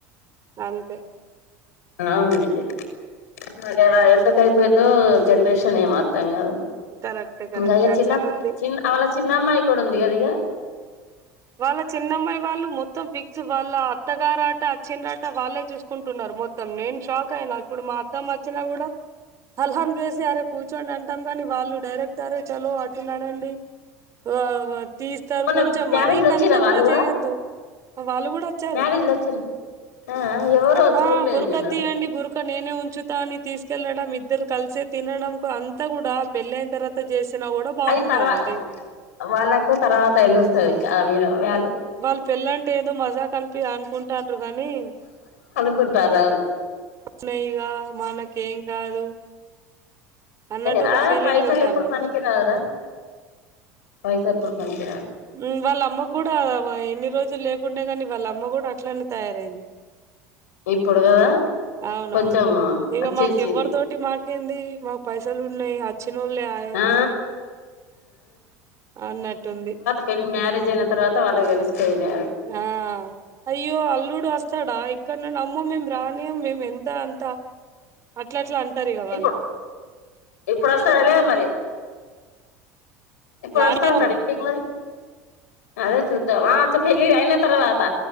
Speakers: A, on the right; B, on the left.
A: అంతే
B: అవునండి నా ఎలా ఎందుకైపోయిందో జనరేషన్ ఏం అర్థం కాదు
A: కరెక్టే కరెక్టే
B: ఇంకా ఇక
A: అట్లనే
B: చిన్న
A: ఉంది
B: చిన్న అళ్ళ చిన్న అమ్మాయి కూడా ఉంది కద ఇగ
A: వాళ్ళ చిన్నమ్మాయి వాళ్ళు మొత్తం ఫిక్స్ వాళ్ళ అత్తగారాట చిన్నట వాళ్ళే చూస్ కుంటున్నారు మొత్తం నేను షాక్ అయిన ఇప్పుడు మా అత్తమ్మ వచ్చినా కూడా సలహం చేసి అరే కూర్చోండి అంటాం కాని వాళ్ళు డైరెక్ట్ అరే చలో అటున్నాడండి ఆ తీస్తారు
B: మొన్న
A: కొంచెం
B: మ్యారేజ్లు
A: మరీకంత
B: వచ్చిరా వాళ్ళు
A: కూడా చేయొద్దు వాళ్ళు కూడా వచ్చారు
B: మ్యారేజ్లు వచ్చిరా ఆ ఎవరో చూడలేదు
A: ఆ బురకతి
B: నేను అసలు
A: అండి బురు క నేనే ఉంచుతా అని తీసుకెళ్లడం ఇద్దరు కలిసే తినడం అంతా కూడా పెళ్ళయిన తర్వాత చేసినా కూడా బాగుంటదండి
B: అది తర్వా వాళ్ళకు తర్వాత తెలుస్తది ఆ వీరు వాళ్ళు
A: వాళ్ళు పెళ్ళంటే ఏదో మజా కనిపి అనుకుంటన్నారు గానీ
B: కుంటారా
A: న్నాయిగా మనకేం కాదు అన్నట్టు
B: ఏయా
A: ఒక ఫీలింగ్లు
B: పైసలు
A: ఉంటాండ్రు
B: ఎప్పుడు
A: ఆళ్ళు.
B: పనికిరా రా పైసా ఎప్పుడు పనికినికిరారు
A: ఉమ్మ్ వాళ్ళ అమ్మ కూడా ఇన్ని రోజులు లేకుండే గాని వాళ్ళమ్మ కూడా అట్లనే తయారైంది
B: ఇప్పుడు కదా
A: అవునవును
B: కొంచెం
A: ఇగ
B: వచ్చేసింది
A: మాకు ఎవరితోటి మాకేంది మాకు పైసలు ఉన్నాయి అ చ్చినోళ్ళు ఆయే
B: ఆ
A: అన్నట్టుంది
B: పెన్ మ్యారేజ్ అయిన తర్వాత వాళ్ళకి తెలుస్తాది మ్యా
A: ఆ అయ్యో అల్లుడు వ స్తాడా ఇక్కడ నుండి అమ్మో మేం రానీయం మేము ఎంత అంత అట్లట్లా అంటారు ఇగ వాళ్ళు
B: ఇప్పుడు ఇప్పుడు వస్తాడా లేదు మరి ఇప్పుడు
A: రానియం
B: అస్తా అంటాడు
A: కదా
B: ఎందుకు మరి అదే చూద్దాం ఆ అచ్చ పెళ్లి అయిన తర్వాత